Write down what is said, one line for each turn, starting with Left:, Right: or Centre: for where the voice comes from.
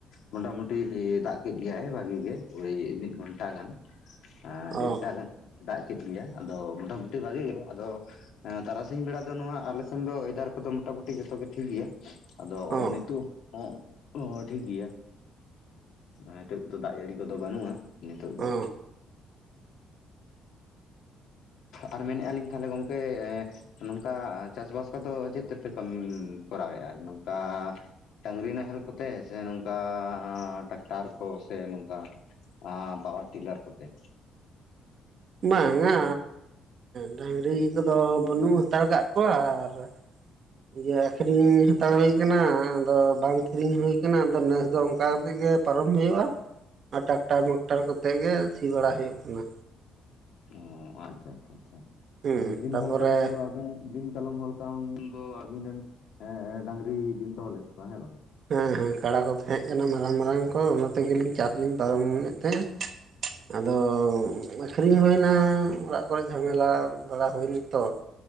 Left: ᱢᱚᱴᱟ ᱢᱩᱴᱤ ᱫᱟᱜ ᱠᱮᱫ ᱜᱮᱭᱟᱭ ᱵᱷᱟᱹᱜᱤ ᱜᱮ ᱳᱭ ᱢᱤᱫ ᱜᱷᱚᱱᱴᱟ ᱜᱟᱱ ᱾ ᱮᱸ ᱰᱮᱴᱴᱟ
Right: ᱚ
Left: ᱜᱟᱱ ᱫᱟᱜ ᱠᱮᱫ ᱜᱮᱭᱟ ᱟᱫᱚ ᱢᱚᱴᱟᱢᱩᱴᱤ ᱟᱹᱰᱤ ᱵᱷᱟᱹᱜᱤ ᱜᱮ ᱟᱫᱚ ᱛᱟᱨᱟᱥᱤᱧ ᱵᱮᱲᱟ ᱫᱚ ᱱᱚᱣᱟ ᱟᱞᱮ ᱥᱮᱱ ᱫᱚ ᱮᱭᱮᱫᱟᱨ ᱠᱚᱫᱚ ᱢᱚᱴᱟᱢᱩᱴᱤ ᱡᱚᱛᱚ ᱜᱮ ᱴᱷᱤᱠ ᱜᱮᱭᱟ ᱾ ᱟᱫᱚ
Right: ᱚ
Left: ᱱᱤᱛ ᱱᱤᱛᱚᱜ ᱦᱚᱸ ᱚ ᱴᱷᱤᱠ ᱜᱮᱭᱟ ᱱᱤᱛᱚᱜ ᱫᱚ ᱫᱟᱜ ᱡᱟᱹᱲᱤ ᱠᱚᱫᱚ ᱵᱟᱹᱱᱩᱜ-ᱟ᱾ ᱱᱤᱛᱚᱜ ᱫᱚ
Right: ᱚ
Left: ᱟᱨ ᱢᱮᱱᱮᱫ ᱟᱞᱤᱧ ᱛᱟᱦᱚᱞᱮ ᱜᱚᱢᱠᱮ ᱱᱚᱝᱠᱟ ᱪᱟᱥᱵᱟᱥ ᱠᱚᱫᱚ ᱪᱮᱫ ᱛᱮᱯᱮ ᱠᱟᱹᱢᱤ ᱠᱚᱨᱟᱣᱮᱫ-ᱟ ᱟᱨ ᱱᱚᱝᱠᱟ ᱰᱟᱝᱨᱤ ᱱᱟᱦᱮᱞ ᱠᱚᱛᱮ ᱥᱮ ᱱᱚᱝᱠᱟ ᱴᱟᱠᱴᱟᱨ ᱠᱚ ᱥᱮ ᱱᱚᱝᱠᱟ ᱟ ᱯᱟᱣᱟᱨ ᱴᱤᱞᱟᱨ ᱠᱚᱛᱮ?
Right: ᱵᱟᱝᱟ ᱰᱟᱝᱨᱤ ᱠᱚᱫᱚ ᱵᱟᱹᱱᱩᱜ ᱦᱟᱛᱟᱲ ᱠᱟᱜ ᱠᱚᱣᱟ ᱟᱨ <unintelligible> ᱤᱭᱟᱹ ᱟᱠᱷᱨᱤᱧ ᱦᱟᱛᱟᱲ ᱦᱩᱭ ᱟᱠᱟᱱᱟ ᱟᱫᱚ ᱵᱟᱝ ᱠᱤᱨᱤᱧ ᱦᱩᱭ ᱠᱟᱱᱟ ᱟᱫᱚ ᱱᱮᱥ ᱫᱚ ᱚᱱᱠᱟ ᱠᱟᱛᱮᱜ ᱜᱮ ᱯᱟᱨᱚᱢ ᱦᱩᱭᱩᱜ-ᱟ ᱟᱨ ᱴᱟᱠᱴᱟᱨ ᱢᱟᱠᱴᱟᱨ ᱠᱚᱛᱮ ᱜᱮ ᱥᱤ ᱵᱟᱲᱟ ᱦᱩᱭᱩᱜ ᱠᱟᱱᱟ᱾
Left: ᱚ ᱟᱪᱪᱷᱟ ᱟᱪᱪᱷᱟ ᱟᱪᱪᱷᱟ
Right: ᱦᱮᱸ
Left: ᱢᱟᱱᱮ ᱫᱤᱱ
Right: ᱛᱟᱯᱚᱨᱮ
Left: ᱦᱚᱞ ᱠᱟᱞᱚᱢ ᱫᱚ ᱟᱵᱤᱱ ᱫᱤᱱ ᱠᱟᱞᱚᱢ ᱦᱚᱞ <unintelligible> ᱫᱚ ᱟᱵᱤᱱ ᱨᱮᱱ ᱰᱟᱝᱨᱤ ᱵᱤᱱ ᱫᱚᱦᱚ ᱞᱮᱫ ᱠᱚᱣᱟ ᱦᱮᱸ ᱵᱟᱝ᱾
Right: ᱦᱮᱸ ᱦᱮᱸ ᱠᱟᱲᱟ ᱠᱚ ᱛᱟᱦᱮᱸ
Left: ᱚ
Right: ᱠᱟᱱᱟ ᱢᱟᱨᱟᱝ ᱢᱟᱨᱟᱝ ᱠᱚ ᱚᱱᱟ ᱛᱮᱜᱮᱞᱤᱧ ᱪᱟᱥ ᱞᱤᱧ ᱯᱟᱨᱚᱢᱮᱫ ᱛᱟᱦᱮᱸᱱᱟ ᱾ ᱟᱫᱚ ᱟᱠᱷᱨᱤᱧ ᱦᱩᱭᱱᱟ ᱚᱲᱟᱜ ᱠᱚᱨᱮ ᱡᱷᱟᱢᱮᱞᱟ ᱵᱟᱲᱟ ᱦᱩᱭᱱᱟ ᱛᱚ ᱾